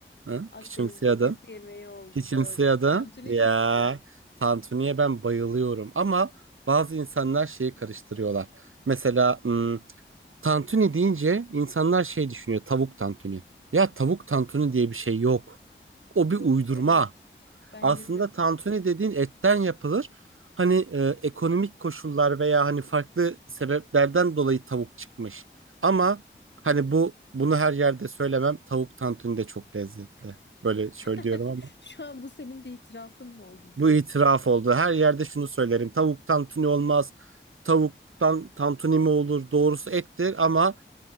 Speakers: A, on the right; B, on the left.
A: Hı?
B: Akdeniz
A: Küçümseyordun.
B: bölgesi yemeği oldu
A: Küçümseyordun.
B: doğru. Tantuni
A: Ya
B: çok güzel.
A: tantuniye ben bayılıyorum. Ama bazı insanlar şeyi karıştırıyorlar. Mesela hmm, Tantuni deyince insanlar şey düşünüyor. Tavuk tantuni. Ya tavuk tantuni diye bir şey yok.
B: <clears throat>
A: O bir
B: Yok
A: uydurma.
B: evet. Bence
A: Aslında
B: de.
A: tantuni dediğin etten yapılır. Hani e, ekonomik koşullar veya hani farklı sebeplerden dolayı tavuk çıkmış. Ama hani bu bunu her yerde söylemem. Tavuk tantuni de çok lezzetli. Böyle şöyle
B: <laughs>
A: diyorum ama
B: Şu an bu senin bir itirafın mı oldu bize?
A: bu itiraf oldu. Her yerde şunu söylerim. Tavuk tantuni olmaz. Tavuktan tantuni mi olur? Doğrusu ettir ama